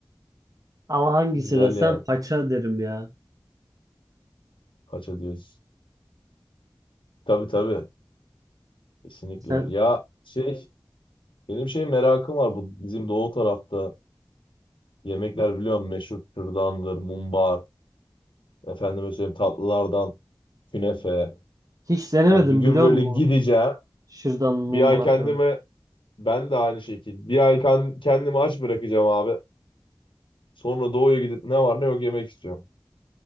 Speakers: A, on the right; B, on the left.
A: Ama hangisi
B: Güzel
A: desem
B: yani.
A: paça derim ya.
B: Paça diyoruz. Tabii tabii. Kesinlikle.
A: Sen
B: Ya şey benim şey merakım var bu bizim doğu tarafta yemekler biliyorum meşhur kürdandır, mumbar, efendime söyleyeyim tatlılardan künefe.
A: Hiç denemedim
B: Ya bir gün
A: biliyor
B: böyle
A: musun?
B: gideceğim.
A: Şırdan mumbar
B: Bir ay kendime
A: falan.
B: ben de aynı şekilde bir ay kan- kendimi aç bırakacağım abi. Sonra doğuya gidip ne var ne yok yemek istiyorum.